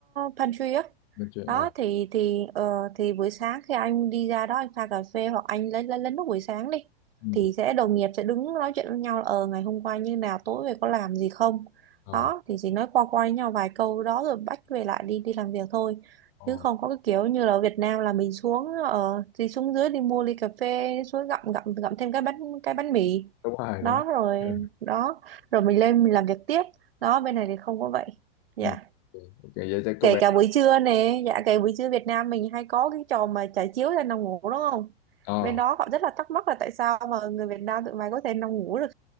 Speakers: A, on the right; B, on the left.
A: pantry á.
B: Nói chuyện,
A: Đó
B: à,
A: thì thì ờ, thì buổi sáng khi anh đi ra đó anh pha cà phê hoặc anh lấy lấy lấy nước buổi sáng đi
B: ừ.
A: thì sẽ đồng nghiệp sẽ đứng nói chuyện với nhau là ờ ngày hôm qua như nào tối về có làm gì không.
B: ờ
A: Đó thì chỉ nói qua qua với nhau vài câu đó rồi bắt về lại đi đi làm việc thôi
B: ờ
A: chứ không có cái kiểu như là ở Việt Nam là mình xuống ở thì xuống dưới đi mua ly cà phê xuống gặm gặm gặm thêm cái bánh cái bánh mì
B: đúng rồi
A: đó
B: đúng
A: rồi
B: <laughs>
A: đó rồi mình lên mình làm việc tiếp đó bên này thì không có vậy dạ
B: rồi. Ừ. Ok vậy thì có
A: kể
B: vẻ
A: cả buổi trưa nè dạ kể buổi trưa Việt Nam mình hay có cái trò mà trải chiếu ra nằm ngủ đúng không
B: ờ
A: bên đó họ rất là thắc mắc là tại sao mà người Việt Nam tụi mày có thể nằm ngủ được